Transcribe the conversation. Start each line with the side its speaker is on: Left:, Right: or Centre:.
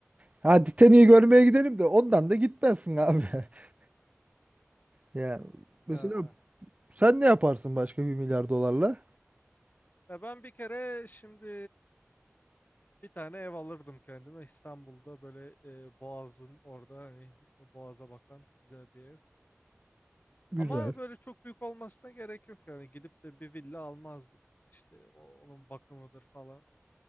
Right: Hadi Titanic'i görmeye gidelim de ondan da gitmezsin abi. <laughs> Ya
Left: Ha.
Right: mesela sen ne yaparsın başka bir milyar dolarla?
Left: Ya ben bir kere şimdi bir tane ev alırdım kendime İstanbul'da böyle e, Boğaz'ın orada hani Boğaz'a bakan güzel bir ev.
Right: Güzel.
Left: Ama böyle çok büyük olmasına gerek yok yani gidip de bir villa almazdım. İşte o- onun bakımıdır falan.